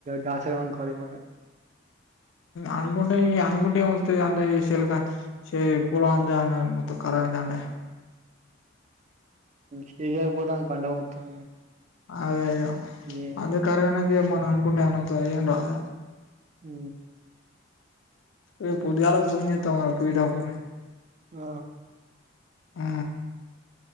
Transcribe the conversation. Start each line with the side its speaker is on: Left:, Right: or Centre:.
Right: గచ్చ రన మ
Left: అనుకుంటే అనుకుంటే మత్త అలక పోల అంద మత్త ప ఇదాంే
Right: సజ ఇపోతా పంట మొత్తం
Left: అదే అయ్యో
Right: ఏ
Left: అందుే కర వెనాకే మన అనుకుంటే అన్న ఏను రాద
Right: అ
Left: ఏ పొద్దుగాల ఫోన్ చేస్తావ్ గద పాయిరపో
Right: ఆ
Left: ఆ